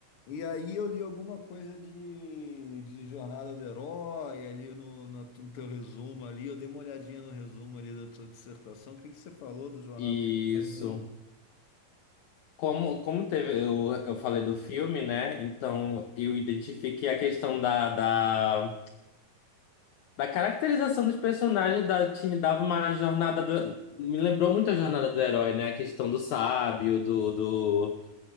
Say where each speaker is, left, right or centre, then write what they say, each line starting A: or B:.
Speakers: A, on the left (about 50°); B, on the left (about 70°).
A: e aí eu li alguma coisa de, de Jornada do Herói, ali no, no, no teu resumo ali, eu dei uma olhadinha no resumo ali da tua dissertação. O que que você falou do Jornada
B: Isso.
A: do Herói mesmo?
B: Como, como teve, eu, eu falei do filme, né? Então eu identifiquei a questão da, da, da caracterização dos personagens da time dava uma jornada do. Me lembrou muito a jornada do herói, né? A questão do sábio, do, do,